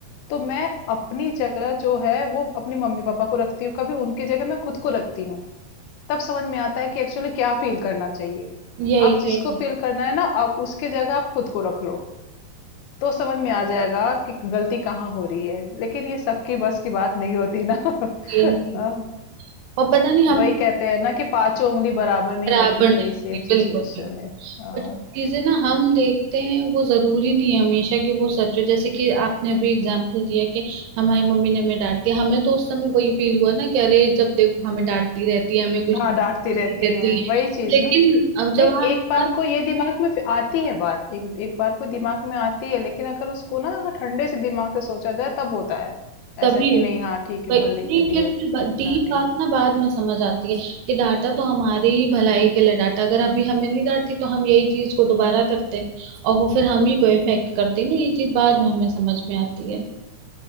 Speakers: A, on the left; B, on the right.
A: तो मैं अपनी जगह जो है वो अपनी मम्मी पापा को रखती हूँ कभी उनकी जगह मैं खुद को रखती हूँ तब समझ में आता है कि एक्चुअली क्या फील करना चाहिए।
B: यही
A: आप
B: यही
A: जिसको
B: होता
A: फील
B: है
A: करना है ना आप उसके जगह आप खुद को रख लो, तो समझ में आ जाएगा कि गलती कहाँ हो रही है। लेकिन ये सबकी बस की बात नहीं होती ना। <laughs>
B: ये नहीं।
A: अ,
B: और पता नहीं हमें
A: वही कहते हैं ना कि पाँचों उँगली बराबर नहीं
B: बराबर
A: होती,
B: नहीं
A: वही
B: होते
A: सेम सिचुएशन
B: बिल्कुल भी
A: है। अ,
B: और जो चीजें ना हम देखते हैं वो जरूरी नहीं है हमेशा कि वो सच हो जैसे कि आपने अभी एग्जांपल दिया कि हमारी मम्मी ने हमें डांट दिया हमें तो उस समय वही फील हुआ ना कि अरे जब देखो हमें डांटती रहती है हमें कुछ
A: हाँ,
B: नहीं
A: डाँटती रहती
B: देती
A: हैं,
B: है
A: वही चीज़
B: लेकिन
A: ना।
B: अब जब
A: नहीं
B: आप
A: एक बार
B: आप
A: को ये दिमाग में फिर आती है बात एक एक बार को दिमाग में आती है लेकिन अगर उसको ना अगर ठंडे से दिमाग से सोचा जाए तब होता है
B: तभी
A: ऐसा कि नहीं हाँ ठीक है
B: वही
A: भले के
B: नहीं
A: लिए
B: फिर फिर डीप
A: डांटी
B: बात
A: हूँ
B: ना बाद में समझ आती है कि डांटा तो हमारी ही भलाई के लिए डांटा अगर अभी हमें नहीं डांटती तो हम यही चीज को दोबारा करते और वो फिर हम ही को इफेक्ट करती ना ये चीज बाद में हमें समझ में आती है